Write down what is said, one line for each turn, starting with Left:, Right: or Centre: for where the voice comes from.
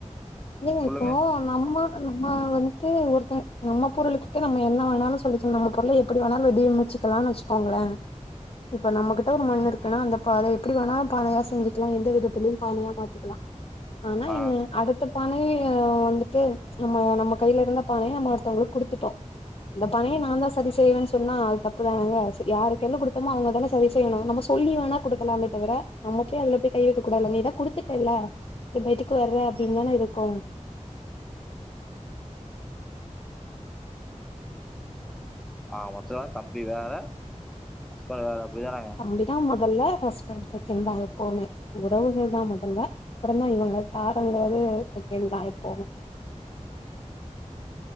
Left: நீங்க
Centre: சொல்லுங்க
Left: இப்போ நம்ம நம்ம வந்துட்டு ஒருத்த நம்ம பொருள்கிட்ட நம்ம என்ன வேணாலு சொல்லிக்கலா நம்ம பொருள எப்டி வேணாலு <unintelligible> வெச்சிக்கலானு வெச்சுக்கோங்ளே இப்ப நம்மகிட்ட ஒரு மண்ணிருக்குனா அந்த பானை எப்டி வேணாலு பானையா செஞ்சிக்கலா எந்த விதத்துலயு பானையா மாத்திக்கலா ஆனா
Centre: ஆ
Left: என்ன அடுத்த அடுத்த பானைய வந்துட்டு நம்ம நம்ம கைல இருந்த பானைய நம்ம ஒருத்தவங்ளுக்கு குடுத்துட்டோ இந்த பானைய நா தா சரி செய்வேன்னு சொன்னா அது தப்பு தானங்க சரி யார்க் கைல குடுத்தமோ அவங்க தானே சரி செய்ணு நம்ம சொல்லி வோனா குடுக்கலாமே தவிர நமக்கே எல்லாத்தையு கை வைக்க கூடாது நீதா குடுத்துட்டேல்ல இப்ப எதுக்கு வர்றே அப்டின்னு தானே இருக்கு
Centre: ஆ மொத்தமா தம்பி வேற ஹஸ்பண்ட் வேற அப்டிதானங்க
Left: தம்பிதா முதல்ல ஹஸ்பண்ட் செகண்ட் தா எப்போவுமே உறவுகள் தா முதல்ல அப்புறம்தா இவங்க தாரங்கிறது <unintelligible> எப்போமே